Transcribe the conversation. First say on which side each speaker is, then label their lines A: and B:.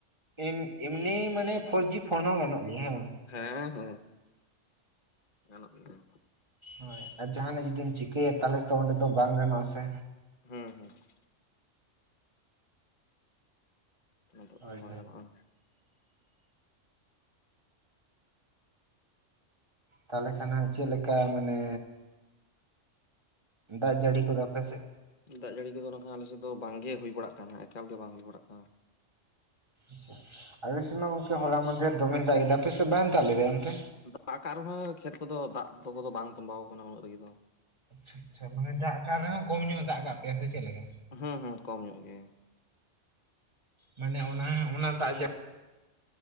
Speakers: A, on the right; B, on the left.
A: ᱤᱱ-ᱮᱢᱱᱤ ᱢᱟᱱᱮ ᱯᱷᱳᱨ ᱡᱤ ᱯᱷᱳᱱ ᱦᱚᱸ ᱜᱟᱱᱚᱜ ᱜᱮᱭᱟ ᱦᱮᱸ ᱵᱟᱝ?
B: ᱦᱮᱸ ᱦᱮᱸ ᱾ ᱜᱟᱱᱚᱜ ᱜᱮᱭᱟ ᱾
A: ᱦᱳᱭ ᱟ ᱡᱟᱦᱟᱱᱟᱜ ᱡᱩᱫᱤᱢ ᱪᱤᱠᱟᱹᱭᱟ ᱛᱟᱦᱚᱞᱮ ᱛᱚ ᱚᱸᱰᱮ ᱫᱚ ᱵᱟᱝ ᱜᱟᱱᱚᱜᱼᱟ ᱥᱮ?
B: ᱦᱩᱸ ᱦᱩᱸ ᱟᱫᱚ ᱠᱷᱟᱱ
A: ᱦᱳᱭ-ᱦᱳᱭ
B: ᱵᱟᱝ ᱜᱟᱱᱚᱜᱼᱟ
A: ᱾ ᱛᱟᱞᱚᱦᱮ ᱠᱷᱟᱱ ᱦᱟᱸᱜ ᱪᱮᱜ ᱞᱮᱠᱟ ᱢᱟᱱᱮ, ᱫᱟᱜ ᱡᱟᱹᱲᱤ ᱠᱚᱫᱚ ᱟᱯᱮ ᱥᱮᱜ?
B: ᱫᱟᱜ ᱡᱟᱹᱲᱤ ᱠᱚᱫᱚ ᱱᱟᱠᱷᱟᱱ ᱟᱞᱮ ᱥᱮᱫ ᱫᱚ ᱵᱟᱝ ᱜᱮ ᱦᱩᱭ ᱵᱟᱲᱟᱜ ᱠᱟᱱᱟ ᱮᱠᱟᱞ ᱜᱮ ᱵᱟᱝ ᱦᱩᱭ ᱵᱟᱲᱟᱜ ᱠᱟᱱᱟ ᱾
A: ᱟᱪᱪᱷᱟ, ᱟᱞᱮᱥᱮᱢᱟ ᱚᱝᱠᱮ ᱦᱚᱞᱟ ᱢᱟᱫᱷᱮᱨ ᱫᱚᱢᱮ ᱫᱟᱜ ᱠᱮᱫᱟ ᱟᱯᱮ ᱥᱮᱜ ᱵᱟᱝ ᱫᱟᱜ ᱞᱮᱫᱟᱭ ᱮᱱᱛᱮ?
B: ᱫᱟᱜ ᱟᱠᱟᱜ ᱨᱮᱦᱚᱸᱭ ᱠᱷᱮᱛ ᱠᱚᱫᱚ ᱫᱟᱜ ᱛᱚ-ᱠᱚᱫᱚ ᱵᱟᱝ ᱛᱚᱸᱵᱟᱣ ᱟᱠᱟᱱᱟ ᱩᱱᱟᱹᱜ ᱨᱮᱜᱮ ᱫᱚ ᱾
A: ᱟᱪᱪᱷᱟ ᱟᱪᱪᱷᱟ ᱢᱟᱱᱮ ᱫᱟᱜ ᱠᱟᱜ ᱨᱮᱦᱚᱸ ᱠᱚᱢ ᱧᱚᱜ ᱮ ᱫᱟᱜ ᱠᱟᱜ ᱯᱮᱭᱟ ᱥᱮ ᱪᱮᱜ ᱞᱮᱠᱟ?
B: ᱦᱚᱸ-ᱦᱚᱸ ᱠᱚᱢ ᱧᱚᱜ ᱜᱮ ᱾
A: ᱢᱟᱱᱮ ᱚᱱᱟ ᱦᱟ ᱚᱱᱟ ᱫᱟᱜ